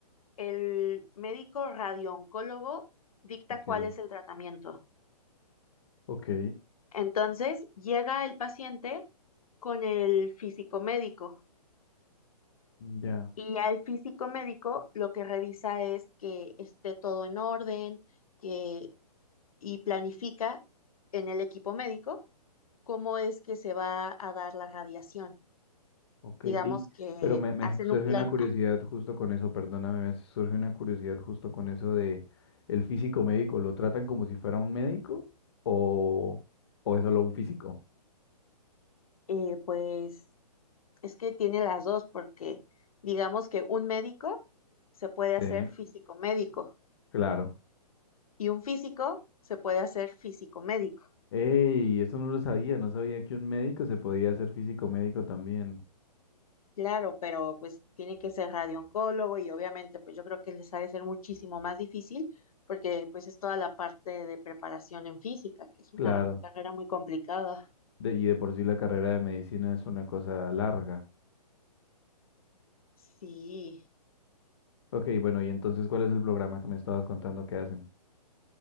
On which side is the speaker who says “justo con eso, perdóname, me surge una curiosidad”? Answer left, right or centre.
Left